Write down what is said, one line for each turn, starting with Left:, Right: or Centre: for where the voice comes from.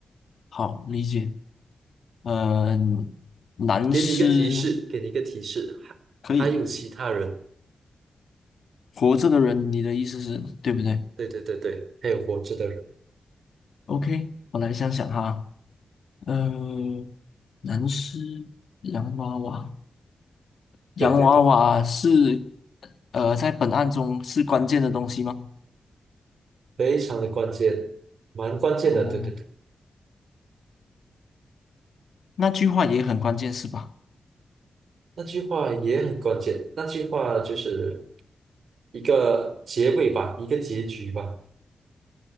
Left: 好，理解。嗯、男尸
Right: 给你一个提示，给你一个提示，还还有其他人，
Left: 可以。活着的人，你的意思是对不对
Right: 对对对对，还有活着的人，
Left: ？OK，我来想想哈，呃，男尸、洋娃娃，洋娃娃是
Right: 对对对，
Left: 呃在本案中是关键的东西吗？
Right: 非常的关键，蛮关键的，
Left: 哦，
Right: 对对对，
Left: 那句话也很关键是吧？
Right: 那句话也很关键，那句话就是一个结尾吧，一个结局吧。